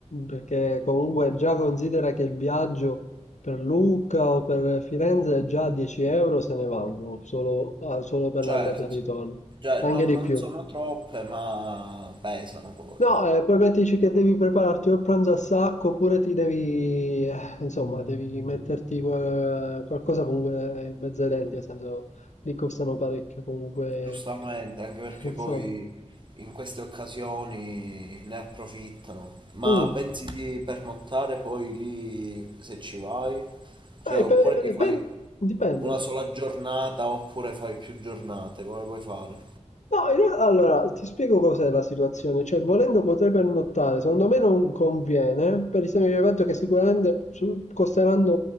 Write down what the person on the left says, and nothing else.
perché comunque già considera che il viaggio per Lucca o per Firenze già 10 euro se ne vanno, solo, ah, solo per
l'andata e il ritorno,
anche
di
più.
No, eh, poi mettici che devi prepararti o il pranzo a sacco oppure ti devi, eh, insomma, devi metterti que- qualcosa comunque in mezzo ai denti, nel senso, li costano parecchio comunque,
<laughs> insomma.
Mm.
Eh,
pe-
pe- dipende.
No, in real- allora ti spiego cos'è la situazione, cioè volendo potrei pernottare, secondo me non conviene per il semplice fatto che sicuramente su- costeranno